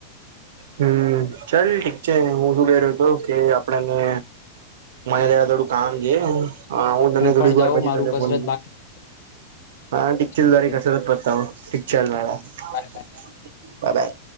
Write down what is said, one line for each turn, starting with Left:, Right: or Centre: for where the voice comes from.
Right: હમ ચાલ ઠીક છે હું શું કર્યો હતો કે આપણને મને ત થોડું કામ છે હું ત થોડીક
Left: પણ
Right: વાર
Left: જાઉં
Right: પછ
Left: મારું કસરત
Right: ફોન
Left: બાકી
Right: હા ટિકચલ
Left: બાય
Right: દ્વારા કસરત પડતા હું ટિકચલ દ્વારા
Left: બાય.
Right: બાય